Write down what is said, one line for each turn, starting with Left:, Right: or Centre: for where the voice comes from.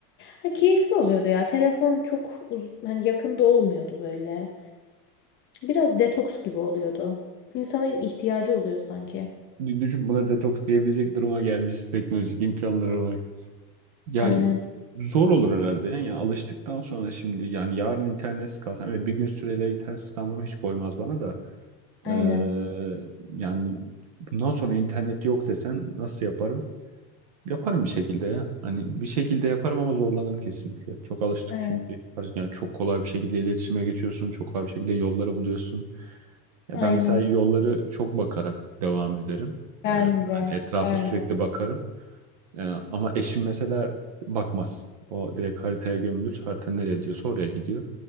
Left: Ha, keyifli oluyordu ya. Telefon çok uz- hani yakında olmuyordu böyle. Biraz detoks gibi oluyordu. İnsanın ihtiyacı oluyor sanki.
Right: şey. Düşün buna detoks diyebilecek duruma gelmişiz teknolojik imkanlar olarak. Ya
Left: Aynen.
Right: zor olur herhalde yani, Ya alıştıktan sonra şimdi yani yarın internetsiz kalsam ve bir gün süreyle internetsiz kalmam hiç koymaz bana da.
Left: Aynen.
Right: Ee, yani bundan sonra internet yok desen nasıl yaparım? Yaparım bir şekilde ya. Hani bir şekilde yaparım ama zorlanırım kesinlikle. Çok alıştık
Left: Evet.
Right: çünkü. Hani Yani çok kolay bir şekilde iletişime geçiyorsun. Çok kolay bir şekilde yolları buluyorsun. Ya
Left: Aynen.
Right: ben mesela yolları çok bakarak devam ederim.
Left: Ben
Right: Ee, hani
Left: de.
Right: etrafa
Left: Ben
Right: sürekli
Left: de.
Right: bakarım. Ee, ama eşim mesela bakmaz. O direkt haritaya gömülür. Harita nereye diyorsa oraya gidiyor.